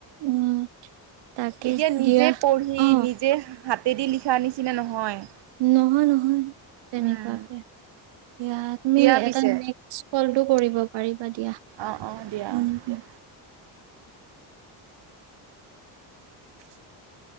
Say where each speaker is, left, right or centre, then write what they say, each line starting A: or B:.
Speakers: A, on the right; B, on the right.
A: উম তাকে
B: এতিয়া নিজে
A: দিয়া
B: পঢ়ি
A: অ
B: নিজেহ হাতেদি লিখাৰ নিচিনা নহয়।
A: নহয় নহয়। তেনেকুৱাকে।
B: উম
A: দিয়া তুমি
B: দিয়া পিছে
A: এটা নেক্স কলটো কৰিব পাৰিবা দিয়া।
B: অ' অ' দিয়া
A: উম,
B: অ' দিয়া
A: উম। <unintelligible>